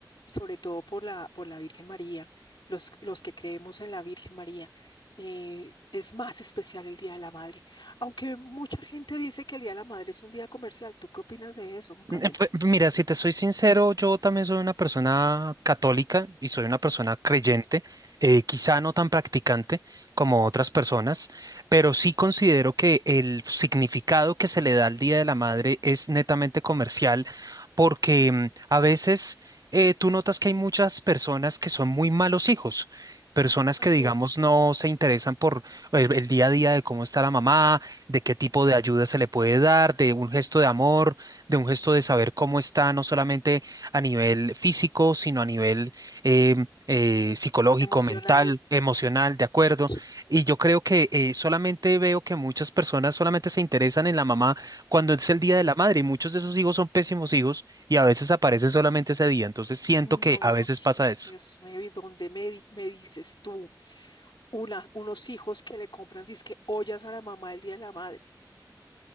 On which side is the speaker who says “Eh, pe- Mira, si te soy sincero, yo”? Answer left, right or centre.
Right